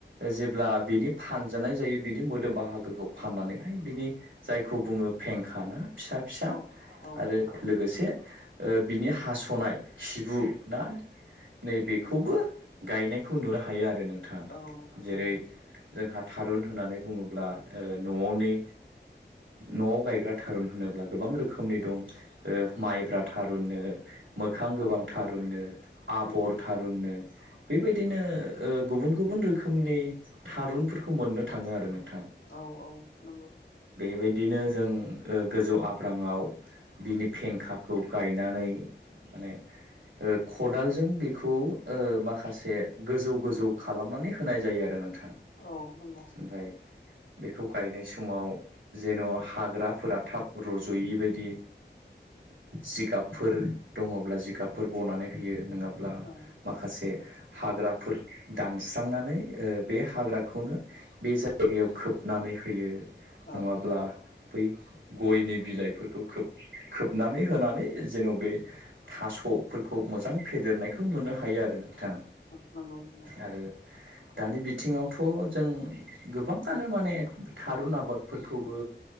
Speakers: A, on the right; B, on the left.
A: जेब्ला बिनि फानजानाय जायो बिनि मोदोम बाहागोखौ फाननानैहाय बिनि जायखौ बुङो फेंखाना फिसा फिसा
B: औ औ
A: आरो
B: औ
A: लोगोसे बिनि हास'नाय खिबु ना नैबेखौबो
B: नंगौ
A: गायनायखौ नुनो हायो आरो नोंथां
B: औ
A: जेरै
B: नंगौ
A: जोंहा थारुन होननानै बुङोब्ला न'आवनि न'आव गायग्रा थारुन होनोब्ला गोबां रोखोमनि दं माइब्रा थारुननो मोखां
B: औ
A: गोबां थारुननो आबर
B: नंगौ
A: थारुननो बेबायदिनो गुबुन गुबुन रोखोमनि थारुनफोरखौ मोननो थांङो आरो नोंथां
B: औ औ नंगौ
A: बेबायदिनो जों गोजौ आब्रांङाव बिनि फेंखाखौ गायनानै माने खदालजों बेखौ माखासे गोजौ गोजौ खालामनानै होनाय जायो आरो नोंथां
B: औ नंगौ
A: ओमफ्राय बेखौ गायनाय समाव जेन' हाग्राफोरा थाब रज'यै बायदि जिगाबफोर दङब्ला जिगाबफोर बनानै होयो नंङाब्ला
B: औ
A: माखासे हाग्राफोर दानस्रांनानै बे हाग्राखौनो बे जायगायाव खोब नानै होयो
B: औ
A: नङाब्ला
B: औ
A: बै गयनि बिलाइफोरखौ खोब खोबनानै होनानै जेन' बे थास' फोरखौ मोजां फेदेरनायखौ नुनो हायो आरो नोंथां
B: नंगौ नंगौ
A: आरो दानि बिथिङावथ' जों गोबांङानो माने थारुन आबादफोरखौबो